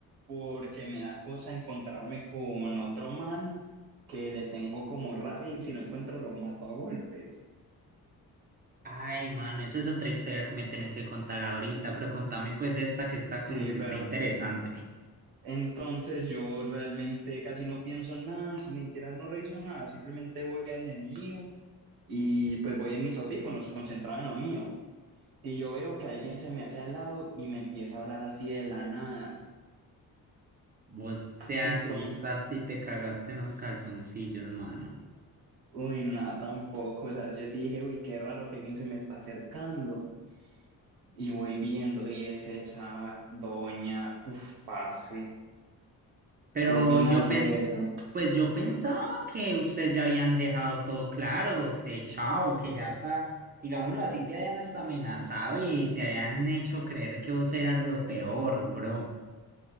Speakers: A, on the right; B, on the right.
A: porque me da cosa encontrarme con otro man que le tengo como rabia y si lo encuentro lo mato a golpes.
B: Ay, mano, eso es otra historia que me tenés que contar ahorita, pero contame pues esta que está
A: Sí,
B: como que
A: pero
B: está interesante.
A: entonces yo realmente casi no pienso en nada, ni siquiera no reviso nada, simplemente voy al el mío y pues voy en mis audífonos concentrado en lo mío. Y yo veo que alguien se me hace al lado y me empieza a hablar así de la nada.
B: Vos te asustaste
A: entonces
B: y te cagaste en los calzoncillos, mano.
A: Uy, nada tampoco. O sea, yo sí dije, uy, qué raro que alguien se me está acercando. Y voy viendo, y es esa doña. Uf, parce,
B: Pero
A: ¿qué opinas
B: yo pensé,
A: de eso?
B: pues yo pensaba que ustedes ya habían dejado todo claro, de chao, que ya está, digámoslo así, te habían hasta amenazado y te habían hecho creer que vos eras lo peor, bro.